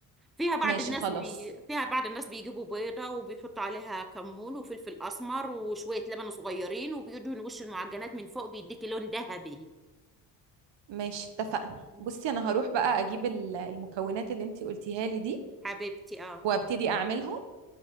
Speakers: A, in the centre; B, on the right (about 60°).
A: فيها بعض
B: ماشي
A: الناس
B: خلاص
A: بي... فيها بعض الناس بيجيبوا بيضة وبيحطوا عليها كمون وفلفل أسمر وشوية لبن صغيرين وبيدهنوا وش المعجنات من فوق بيديكي لون ذهبي
B: ماشي اتفقنا
A: مم.
B: بصي انا هروح بقى اجيب ال- المكونات اللي انتي قلتيها لي دي
A: حبيبتي اه
B: وابتدي اعملهم